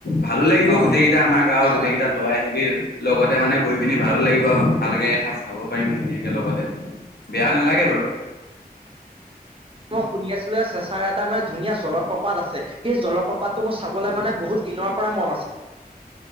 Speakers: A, on the left; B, on the right.
A: ভালো লাগিব
B: অ
A: গোটেই কেইটা আমাৰ গাঁৱৰ
B: খানা
A: গোটেই কেইটা তই লগতে মানে গৈ পিনি ভালো লাগিব ভালকে এসাঁজ খাব পাৰিম ধুনীয়াকে লগতে। বেয়া নালাগে বাৰু।
B: মই শুনি আছিলো চেঁচাৰ এটা মানে ধুনীয়া জলপ্ৰপাত আছে সেই জলপ্ৰপাতটো মোৰ চাবলৈ মানে বহুত দিনৰ পৰা মন আছে।